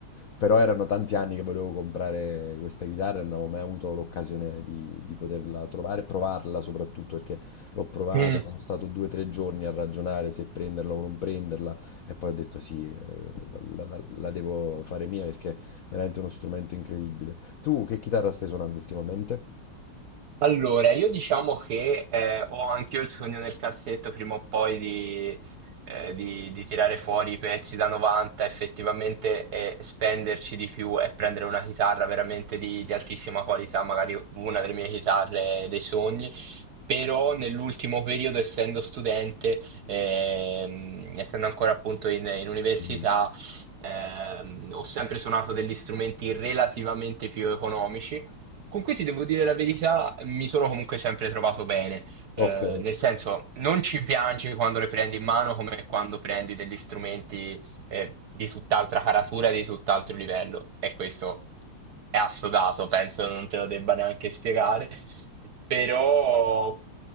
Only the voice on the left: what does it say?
Però erano tanti anni che volevo comprare questa chitarra e non avevo mai avuto l'occasione di, di poterla trovare, provarla soprattutto perché l'ho provata,
sono stato due o tre giorni a ragionare se prenderla o non prenderla e poi ho detto sì, eh, la, la- la devo fare mia perché è veramente uno strumento incredibile. Tu che chitarra stai suonando ultimamente?
Mm.
Ok.